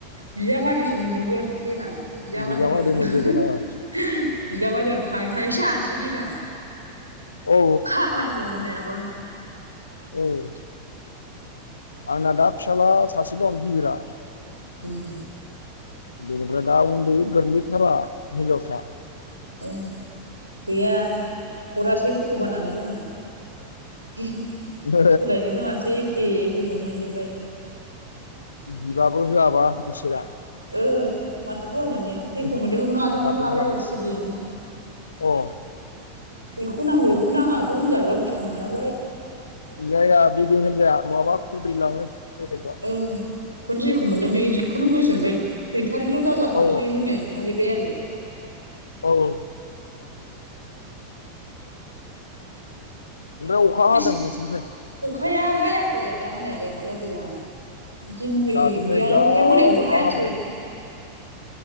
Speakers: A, on the right (about 85°); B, on the left (about 75°).
A: बिजामादैसो मोनजोबगोन देनां बिजामादैनाव
B: बिजामादै मोनजोबगोन आंहा
A: <unintelligible> बिजामादैनाव थाङै थाङै जानोसै देनां
B: औ
A: खामानि मावनो हायाबा
B: औ आंना दा फिसाला सासे दं गिदिरा
A: उम
B: बेनिफ्राय दा उन्दै गोरलै थारा हिन्जावसा
A: ओं गैया हरासै भग'बानानो जोंनो <unintelligible> सोलायनो
B: ए
A: रोङासै एखे एखेखौनो मोनजोबबाय
B: बिबाबो होआबा इसोरा
A: ओ माथो खालामनो ने जेखौ
B: माथो
A: मोनो बेखौ आजावनानै लाबाय
B: खालामनो
A: आरो सिरियैनो।
B: अ
A: बेखौ नांगौ
B: उम।
A: बेखौ नाङाथ' होनजाग्रा बुस्थु नङा नालाय
B: होनजाया बिदि होनजाया नङाबा खुद्रिलाङो <unintelligible>
A: उम बेखौनो जेखौ मोनदों बे जिखौनो गोजोनबाय गैथारिल' दाजाथोंसै
B: औ
A: होननाय थाहैबाय आरो
B: औ औ बिराद अखा
A: बेसे
B: हादों नोंसिनिथिं।
A: अखाया हायाखै आदा हानायालाय अखाया गैया। दिनहै
B: दाथ' नै
A: गैयानो
B: जा
A: अखाया मोनायावबो
B: अखा
A: हायासै।
B: हाबाय अ